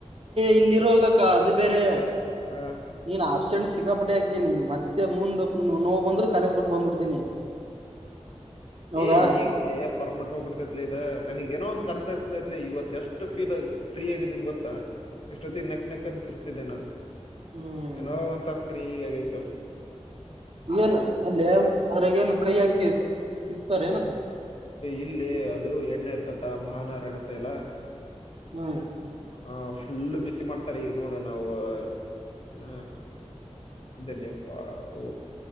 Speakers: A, on the right; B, on the left.
A: ಇಲ್ಲಿ ಇರೋಲ್ಲಕ್ಕ ಅದು ಬೇರೆ
B: ಹ
A: ನೀನ್ ಆಬ್ಸೆಂಟ್ಸ್ ಸಿಕ್ಕಾಪಟ್ಟಿ ಹಾಕಿನಿನ್ ಮತ್ತೆ ಮುಂದ್ ನೋವು ಬಂದ್ರರು ಕಾಲೇಸ್ ಬಿಟ್ಟು ಬಂದ್ಬಿಡ್ತೀನಿ ಹೌದಾ
B: ಏ ಈಗ ಏ ಪರ್ಮೆಂಟ್ ಹೋಗ್ಬಿಡ್ೈತ್ಲಿೀ ಇದ ನನ್ಗ್ ಏನೋ ಒಂದು ಕಾನ್ಫಿಡೆನ್ಸ್ ಬಂದೈತ್ಲಿ ಇವ ಎಷ್ಟು ಫೀಲ್ ಫ್ರೀ ಆಗಿದ್ದೀನ್ ಗೊಾ ಎಷ್ಟೊತ್ತತಿ ನಕ್ ನೆಕ್ ಅಂತ ಇರ್ತಿದ್ದೆ ನಾನು
A: ಹ್ಮ್
B: ಏನೋ ಅಂತ ಫ್ರೀ ಆಗೈತವ
A: ಏನು ಅಲ್ಲಿ ಅದ್ರ ಏನು ಕೈ ಹಾಕಿ ಸಿಕ್ತಾರ ಏನದು
B: ಇಲ್ಲಿ ಅದು ಎಣ್ಣೆ ಇರ್ತತ ಮಹನಾರ ಎಣತೆ ಎಲ್ಲಾ
A: ಹ್ಮ್
B: ಹಾ ಫುಲ್ಲು ಬಿಸಿ ಮಾಡ್ತಾರ ಈಗ ನೋಡು ನಾವವು ಏಣ ಲ್ಲಿಿಯಪ್ಪ ಓ